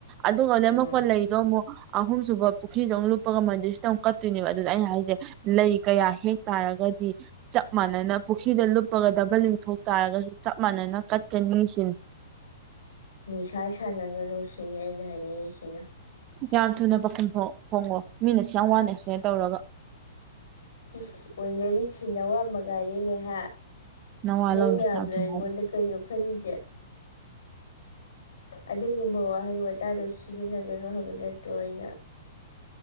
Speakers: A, on the right; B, on the left.
A: <unintelligible>
B: ꯎꯝ
A: ꯄꯂꯩꯗꯣ ꯑꯃꯨꯛ ꯑꯍꯨꯝꯁꯨꯕ ꯄꯨꯈꯤꯗꯣ ꯑꯃꯛ ꯂꯨꯞꯄꯒ ꯃꯟꯔꯁꯤꯗ ꯑꯃꯨ ꯀꯠꯇꯣꯏꯅꯦꯕ ꯑꯗꯨꯗꯗ ꯑꯩꯅ ꯍꯥꯏꯁꯦ ꯂꯩ ꯀꯌꯥ ꯍꯦꯛ ꯇꯥꯔꯒꯗꯤ ꯆꯞ ꯃꯥꯟꯅꯅ ꯄꯨꯈꯤꯗ ꯂꯨꯞꯄꯒ ꯗꯕꯜꯂꯤꯡ ꯊꯣꯛ ꯇꯥꯔꯒꯁꯨ ꯆꯞ ꯃꯥꯟꯅꯅ ꯀꯠꯀꯅꯤ ꯁꯤꯅꯤ
B: ꯅꯤꯁꯥ ꯁꯥꯟꯅꯒꯅꯨ ꯁꯤꯅꯤ ꯑꯩꯅ ꯍꯥꯏꯅꯤꯡꯉꯤꯁꯤꯅ
A: ꯌꯥꯝ ꯊꯨꯅ ꯄꯥꯈꯨꯝ ꯐꯣꯡ ꯐꯣꯡꯉꯣ ꯃꯤꯅ ꯑꯁꯨꯌꯥꯝ ꯋꯥꯅ ꯑꯦꯛꯁꯄꯦꯟ ꯇꯧꯔꯒ
B: ꯏꯁ ꯑꯣꯏꯅꯔꯤꯁꯤ ꯅꯋꯥꯃꯉꯥꯏꯔꯦꯅꯦ ꯍꯥ
A: ꯅꯋꯥ
B: ꯅꯣꯏ
A: ꯂꯧꯗꯦ
B: ꯃꯌꯥꯝꯅ
A: ꯌꯥꯝ ꯊꯨꯅ
B: ꯑꯩꯉꯣꯟꯗ ꯀꯩꯅꯣ ꯈꯜꯂꯤꯁꯦ ꯑꯗꯨꯒꯨꯝꯕ ꯋꯥꯍꯩ ꯋꯥꯇꯥꯗꯨ ꯁꯤꯖꯤꯟꯅꯒꯅꯨ ꯍꯥꯏꯕ ꯅꯠꯇ꯭ꯔꯣ ꯑꯩꯅ